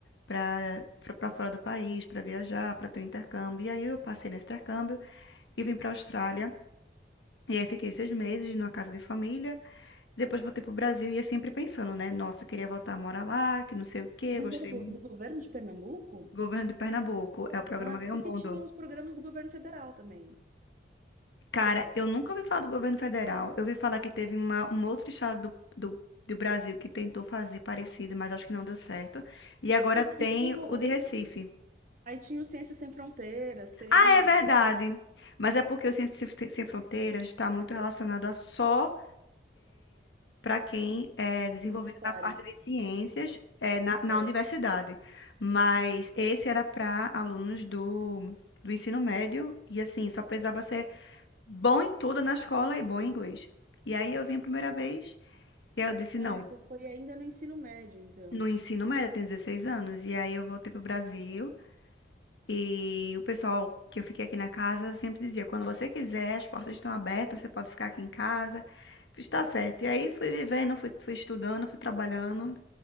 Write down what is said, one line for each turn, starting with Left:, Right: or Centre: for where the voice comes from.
Left: para para fora do país, para viajar, para ter um intercâmbio. E aí eu passei nesse intercâmbio e vim para a Austrália. E aí fiquei seis meses numa casa de família. Depois voltei para o Brasil e ia sempre pensando, né? Nossa, queria voltar a morar lá, que não sei o quê,
Right: Mas
Left: gostei.
Right: era do, go-
Left: muito.
Right: do governo de Pernambuco?
Left: Governo de Pernambuco, é o programa
Right: Não era-
Left: Ganha
Right: porque
Left: o Mundo.
Right: tinha os programas do governo federal também.
Left: Cara, eu nunca ouvi falar do governo federal. Eu ouvi falar que teve uma, um outro estado do, do, do Brasil que tentou fazer parecido, mas acho que não deu certo. E agora
Right: Ah, porque
Left: tem
Right: tinha o.
Left: o de Recife.
Right: Aí tinha o Ciências Sem Fronteiras, teve,
Left: Ah, é verdade.
Right: teve
Left: Mas é porque o Ciências Sem Sem Sem Fronteiras está muito relacionado a só para quem é desenvolvido
Right: Universitário,
Left: na parte de ciências eh, na, na
Right: é.
Left: universidade. Mas esse era para alunos do, do ensino médio e assim, só precisava ser bom em tudo na escola e bom em inglês. E aí eu vim a primeira vez, e aí eu disse,
Right: Ah,
Left: não,
Right: você foi ainda no ensino médio, então.
Left: no ensino médio eu tenho 16 anos, e aí eu voltei pro Brasil, e o pessoal que eu fiquei aqui na casa sempre dizia, quando você quiser, as portas estão abertas, você pode ficar aqui em casa, está certo. E aí fui vivendo, fui, fui estudando, fui trabalhando,